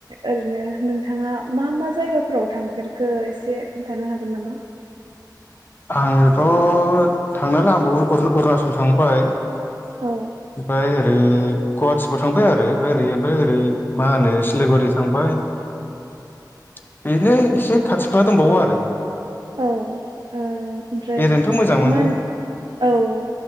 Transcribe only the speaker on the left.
आङोथ' थांनायालाय आंबो अरु-अरुणाचल थांबाय ओमफाय
ओरै गहाटिफोराव थांबाय आरो ओरै ओमफाय ओरै मा होनो सिलिगुरि थांबाय बिदिनो एसे खाथि खाला दंबावो आरो
बेरायनोथ'
मोजां मोनो